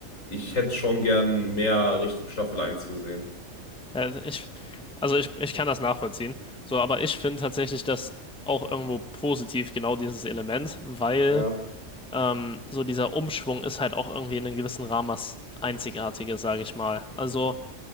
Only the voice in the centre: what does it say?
Äh, ich, also ich, ich kann das nachvollziehen. So, aber ich finde tatsächlich das auch irgendwo positiv, genau dieses Element, weil
ähm, so dieser Umschwung ist halt auch irgendwie in einem gewissen Rahmen was Einzigartiges, sage ich mal. Also,